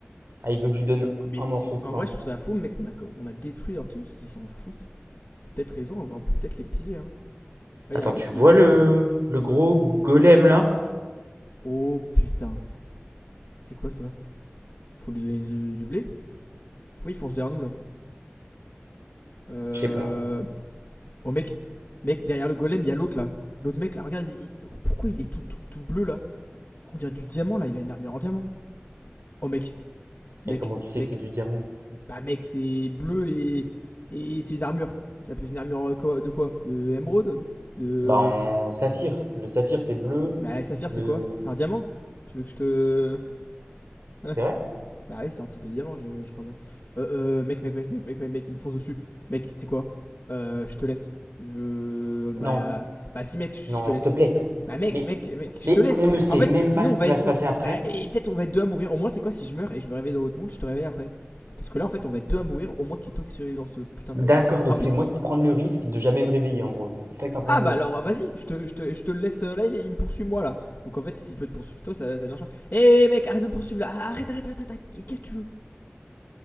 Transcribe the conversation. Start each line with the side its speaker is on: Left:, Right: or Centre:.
Right: Ah, il veut
Left: Mais,
Right: que je lui donne
Left: mais
Right: un morceau de
Left: en
Right: pain.
Left: vrai, je trouve ça fou, mec, on a, on a détruit leur truc, ils s'en foutent. T'as peut-être raison, en vrai, on peut peut-être les piller. Hein. Là,
Right: Attends,
Left: il y a un mec
Right: tu
Left: qui.
Right: vois le, le gros golem là
Left: Oh putain, c'est quoi ça Faut lui donner du, du blé Pourquoi il fonce vers nous là Euh.
Right: Je sais pas.
Left: Oh mec, mec, derrière le golem, il y a l'autre là. L'autre mec là, regarde, il- oh, pourquoi il est tout, tout, tout bleu là On dirait du diamant là, il a une armure en diamant. Oh mec, mec,
Right: Mais comment tu sais
Left: mec,
Right: que c'est du diamant?
Left: Bah mec, c'est bleu et, et c'est une armure. Ça peut être une armure de quoi De émeraude De...
Right: Bah, en saphir. Le saphir, c'est bleu.
Left: Bah saphir c'est
Right: Le...
Left: quoi C'est un diamant Tu veux que je te... hein?
Right: C'est vrai?
Left: Bah oui, c'est un type de diamant, je, je crois bien. Euh, euh, mec, mec, mec, mec, mec, mec, mec, il me fonce dessus. Mec, tu sais quoi Euh, Je te laisse. Je. Bah.
Right: Non,
Left: Bah si, mec,
Right: non,
Left: je te laisse.
Right: s'il te plaît.
Left: Bah mec,
Right: Mais,
Left: mec, mec, je
Right: mais
Left: te laisse.
Right: on ne sait
Left: En fait,
Right: même
Left: sinon
Right: pas ce
Left: on
Right: qui
Left: va
Right: va
Left: être.
Right: se passer
Left: on-
Right: après.
Left: Bah, et peut-être on va être deux à mourir. Au moins, tu sais quoi, si je meurs et je me réveille dans l'autre monde, je te réveille après. Parce que là, en fait, on va être deux à mourir. Au moins, qu'il y ait toi qui survives dans ce putain
Right: D'accord,
Left: de monde.
Right: donc
Left: En plus,
Right: c'est moi
Left: il.
Right: qui prends le risque de jamais me réveiller en gros. C'est c'est ça que t'es en train
Left: Ah
Right: de me
Left: bah
Right: dire.
Left: alors, vas-y, je te, je, te, je te le laisse euh, là, il, il me poursuit moi là. Donc en fait, s'il peut te poursuivre toi, ça, ça marche. Eh hey mec, arrête de me poursuivre là. Arrête, arrête, arrête, arrête. Qu'est-ce que tu veux